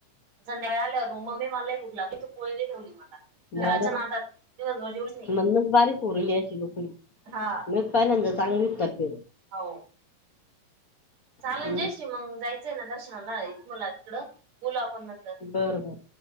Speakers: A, on the right; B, on the left.
A: संध्याकाळी आल्यावर मग मम्मे मला लई भुक लागली तू पोळी नाही ठेवली मला खेळाच्या
B: बर
A: नादात दिवसभर जेवत नाही
B: म्हणूनच बारीक होरली अशी दुखली
A: हा
B: मी पहिल्यांदा चांगलीच
A: <inaudible>
B: तब्येत
A: हो चाल
B: हा
A: जे किं मग जायचं आहे ना दर्शनाला मला तिकडं बोलू आपण नंतर
B: बर -बर